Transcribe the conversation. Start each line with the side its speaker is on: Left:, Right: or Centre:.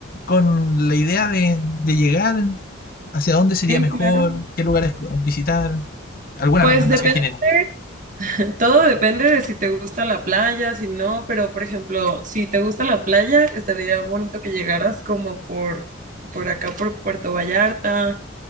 Left: con la idea de, de llegar? ¿Hacia dónde sería
Right: sí,
Left: mejor?
Right: claro.
Left: ¿Qué lugares visitar? ¿Alguna
Right: Pues
Left: recomendación
Right: depende,
Left: general?
Right: <laughs> todo depende de si te gusta la playa, si no, pero por ejemplo, si te gusta la playa, estaría bonito que llegaras como por, por acá, por Puerto Vallarta,